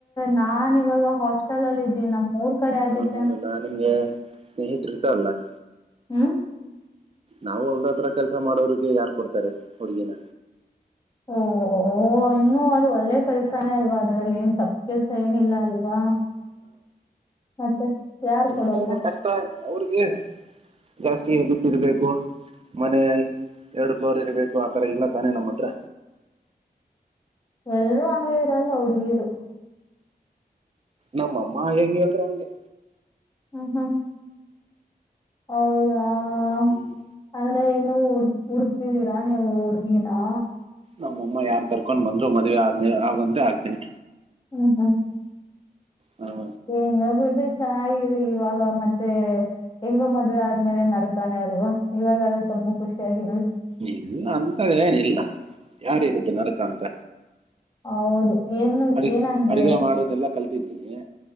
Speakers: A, on the left (about 20°); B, on the right (about 35°).
A: ನಾನ್ ಇವಾಗ ಹಾಸ್ಟೆಲ್ಲ್ಲಿ ಇದೀನಿ ನಮ್ಮ್ ಊರ್ ಕಡೆ ಆಗಿದ
B: ಹಾ, ಹೌದಲ್ಲ ನಿಮ್ಗೆ ಸ್ನೇಹತ್ ಇದಾರಲ್ಲ ಅಲ್ಲ
A: ಹ್ಮ್
B: ನಾವು ಒಲ್ದತ್ರ ಕೆಲ್ಸ ಮಾಡೋರ್ ಈಗ್ ಯಾರು ಕೊಡ್ತಾರೆ ಹುಡುಗಿನ
A: ಓ ಇನ್ನುೂ ಅದು ಒಳ್ಳೆ ಕೆಲ್ಸಾನೇ ಅಲ್ವಾ ಅದ್ರಲ್ಲಿ ಏನ್ ತಪ್ಪ ಕೆಲ್ಸ ಏನಿಲ್ಲ ಅಲ್ವಾ ಮತ್ತೆ ಯಾರ್ ಕೊಡಲ್ವಾ
B: ಹ ಕಷ್ಟ ಅವ್ರಿಗೆ ಜಾಸ್ತಿ ಗುತ್ತಿರ್ಬೇಕು ಮನೆ ಎರಡು ಫ್ಲೋರ್ ಇರ್ಬೇಕು ಆತರ ಇಲ್ಲ ತಾನೇ ನಮ್ಮ ಹತ್ರ
A: ಎಲ್ರೂ ಹಂಗೆ ಇರಲ್ಲ ಹುಡ್ಗಿರು
B: ನಮ್ಮಮ್ಮ ಹೆಂಗ್ ಹೇಳ್ರ ಹಂಗೆ
A: ಹ್ಮ್ ಹ್ಮ ಹೌದಾ ಹ
B: ಹ್ಮ್
A: ಅಂದ್ರೆ ಇನ್ನು ಹುಡಗತರಾ ನೀ ಒಡುಗೀಿನಾ
B: ನಮ್ಮಮ್ಮ ಯಾರ್ ಕರ್ಕೊಂಡ್ ಬಂದ್ರು ಮದ್ವೆ ಆದ್ಮೇ ಆಗಂತ ಆಗ್ತೀನಿ
A: ಹ್ಮ್ ಹ್ಮ್
B: ಹ
A: ಹೆಂಗ ಬಿಡ್ರಿ ಚೆನ್ನಾಗಿರಿ, ಇವಾಗ ಮತ್ತೆ ಹೆಂಗ ಮದ್ವೆ ಆದ್ಮೇಲೆ ನರಕಾನೆ, ಅಲ್ವಾ ಇವಾಗ ಅದು ಸ್ವಲ್ಪ ಖುಷಿಯಾಗ್ರಿ.
B: ಇಲ್ಲ ಅಂತದ ಏನ ಇಲ್ಲ. ಯಾರೇನ್ದ ನರಕ ಅಂತ?
A: ಹೌದು ಏನು
B: ಅ
A: ಏನಂದ್ರೆ
B: ಅಡಗೆ ಮಾಡೋದೆಲ್ಲಾ ಕಲ್ ಸರಿೀನ